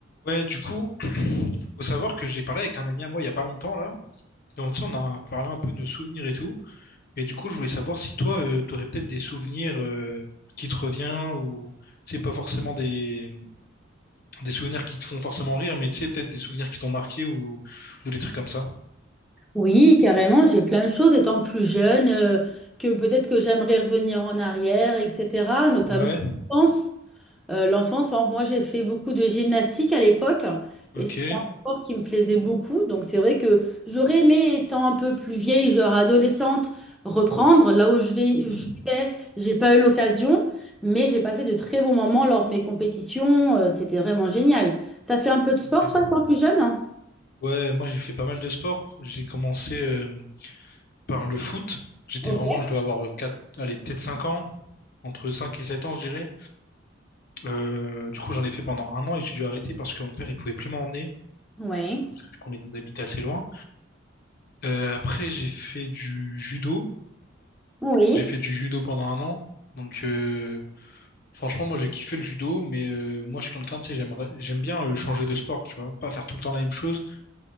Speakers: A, on the left; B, in the centre.
A: Ouais, du coup, faut savoir que j'ai parlé avec un ami à moi il y a pas longtemps là. Et on, tu sais, on a parlé un peu de nos souvenirs et tout. Et du coup, je voulais savoir si toi, euh, t'aurais peut-être des souvenirs euh, qui te reviennent ou tu sais pas forcément des des souvenirs qui te font forcément rire, mais tu sais peut-être des souvenirs qui t'ont marqué ou ou des trucs comme ça.
B: Oui, carrément, j'ai plein de choses étant plus jeune, euh, que peut-être que j'aimerais revenir en arrière, etc. Notamment
A: Ouais.
B: l'enfance. Euh, l'enfance, par exemple, moi j'ai fait beaucoup de gymnastique à l'époque
A: Ok.
B: et c'est un sport qui me plaisait beaucoup. Donc c'est vrai que j'aurais aimé, étant un peu plus vieille, genre adolescente, reprendre là où je vais,
A: Hmm,
B: où je vivais, j'ai pas eu l'occasion, mais j'ai passé de très bons moments lors de mes compétitions. euh, c'était vraiment génial. T'as fait un peu de sport,
A: ok.
B: toi, étant plus jeune? hein
A: Ouais, moi j'ai fait pas mal de sport. J'ai commencé euh, par le foot. J'étais
B: Ok.
A: vraiment, je dois avoir euh, 4, allez peut-être 5 ans, entre 5 et 7 ans, je dirais. Euh, du coup, j'en ai fait pendant un an et j'ai dû arrêter parce que mon père, il pouvait plus m'emmener,
B: Oui.
A: parce que du coup, on habitait assez loin. Euh, après, j'ai fait du judo.
B: Oui.
A: J'ai fait du judo pendant un an. Donc, euh, franchement, moi, j'ai kiffé le judo, mais euh, moi, je suis quelqu'un, tu sais, j'aimerais, j'aime bien euh, changer de sport, tu vois, pas faire tout le temps la même chose.